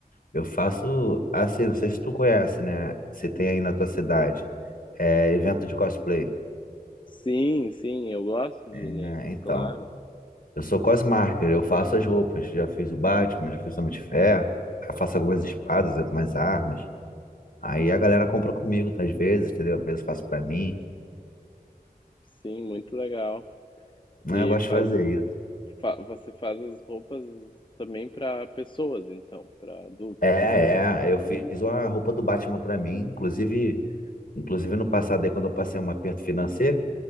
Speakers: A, on the left; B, on the left.
A: Eu faço assim, não sei se tu conhece, né? Se tem aí na tua cidade. É evento de cosplay.
B: Sim, sim, eu gosto de
A: né?
B: ir neles,
A: então.
B: claro.
A: Eu sou cosmarker, eu faço as roupas. Já fiz o Batman, já fiz o Homem de Ferro, eu faço algumas espadas, algumas armas. Aí a galera compra comigo, tá, às vezes, entendeu? Às vezes eu faço pra mim.
B: Sim, muito legal.
A: Né?
B: E
A: Eu gosto de
B: faz,
A: fazer isso.
B: fa- você faz as roupas também para pessoas, então, para adultos.
A: É,
B: E-
A: é, eu fiz a roupa do Batman pra mim. Inclusive, inclusive no passado aí, quando eu passei um aperto financeiro,